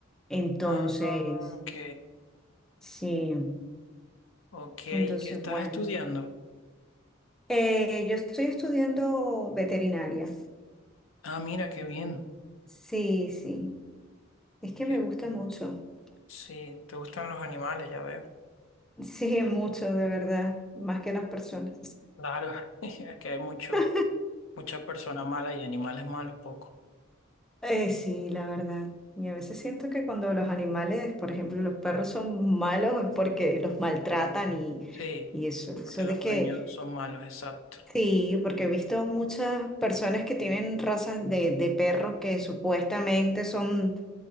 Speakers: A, in the centre; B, on the left (about 80°).
A: entonces,
B: Ah, ok,
A: sí,
B: ok.
A: entonces
B: ¿Y qué estás
A: bueno.
B: estudiando?
A: Eh, yo estoy estudiando veterinaria.
B: Ah, mira, qué bien.
A: Sí, sí. Es que
B: Qué
A: me gusta
B: bien.
A: mucho. <laughs>
B: Sí, te gustan los animales, ya veo.
A: Sí, mucho, de verdad. Más que las personas.
B: Claro, <laughs> es que hay mucho,
A: <laughs>
B: muchas personas malas y animales malos poco.
A: Eh, sí, la verdad. Y a veces siento que cuando los animales, por ejemplo, los perros son malos es porque los maltratan y,
B: Sí,
A: y eso. Eso
B: porque los
A: de que,
B: dueños son malos, exacto.
A: sí, porque he visto muchas personas que tienen razas de, de perros que supuestamente son